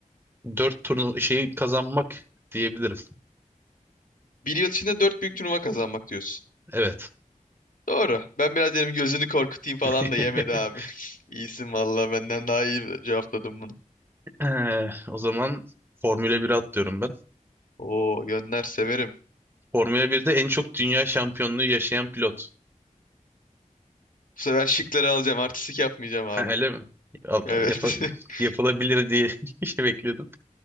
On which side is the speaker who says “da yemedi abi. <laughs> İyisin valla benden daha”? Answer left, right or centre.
Left